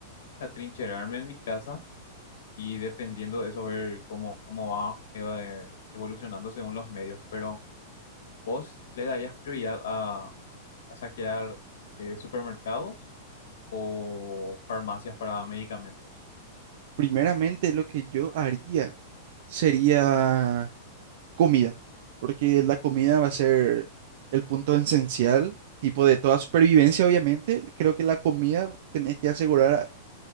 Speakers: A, on the left; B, on the right.
A: atrincherarme en mi casa y dependiendo de eso ver cómo, cómo va eva- eh, evolucionando según los medios. Pero ¿vos le darías prioridad a, a saquear eh, supermercados o farmacias para medicamentos?
B: Primeramente lo que yo haría sería comida, porque la comida va a ser el punto esencial, tipo de toda supervivencia, obviamente. Creo que la comida tenés que asegurar a-